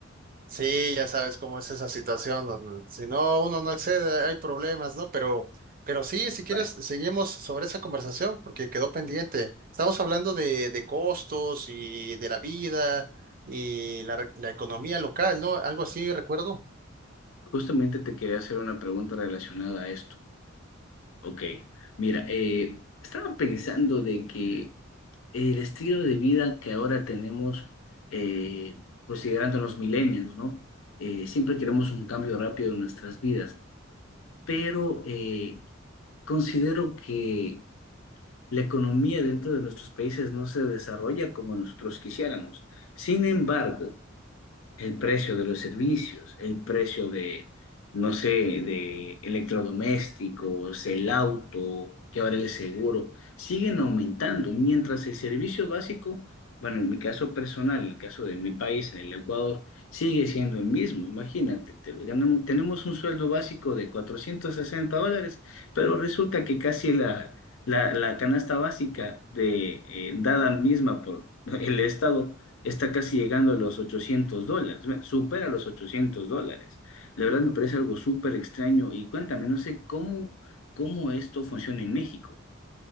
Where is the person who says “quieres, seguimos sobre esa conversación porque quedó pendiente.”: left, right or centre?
Right